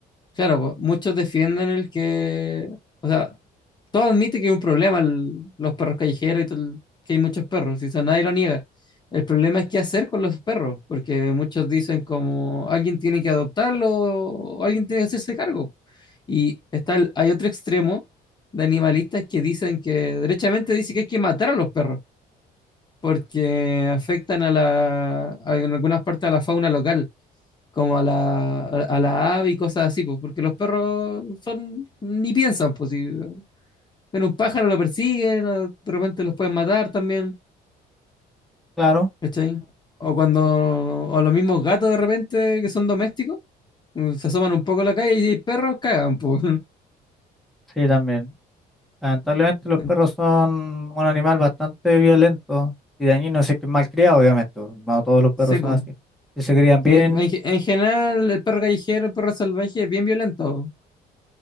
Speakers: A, on the left; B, in the centre.
A: claro, pues, muchos defienden el que, o sea, todo admite que es un problema el- los perros callejeros y todo que hay muchos perros, y eso nadie lo niega. El problema es qué hacer con los perros, porque muchos dicen como alguien tiene que adoptarlo o alguien tiene que hacerse cargo. Y está el- hay otro extremo de animalistas que dicen que, derechamente dice que hay que matar a los perros, porque afectan a la, a- en algunas partes a la fauna local como a la, a a la ave y cosas así, pues, porque los perros son, ni piensan, pues, si pero un pájaro lo persigue, o de repente los pueden matar también,
B: Claro.
A: ¿cachai? O cuando, o los mismos gatos de repente que son domésticos, mm, se asoman un poco a la calle y hay perros, cagan, po.
B: Sí, también. Lamentablemente los
A: <laughs>
B: perros son un animal bastante violento y dañino, si es que es mal criado, obviamente. No todos los perros
A: Sí,
B: son
A: po.
B: así. Si se crían bien,
A: En, en ge- en general, el perro callejero, el perro salvaje es bien violento.